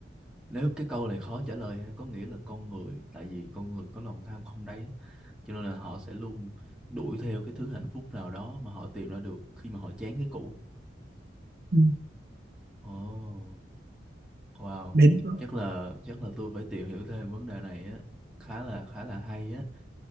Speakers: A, in the centre; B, on the right.
A: nếu cái câu này khó trả lời ha, có nghĩa là con người tại vì con người có lòng tham không đáy cho nên là họ sẽ luôn đuổi theo cái thứ hạnh phúc nào đó mà họ tìm ra được khi mà họ chán cái cũ
B: Ừ.
A: ồ Wow,
B: Đến- ok
A: chắc là chắc là tôi phải tìm hiểu thêm vấn đề này á, khá là khá là hay á.